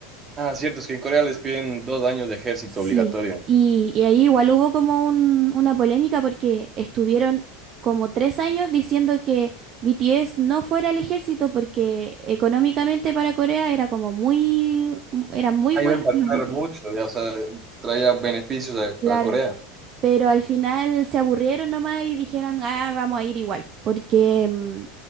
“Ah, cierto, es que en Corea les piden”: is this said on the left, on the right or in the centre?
Right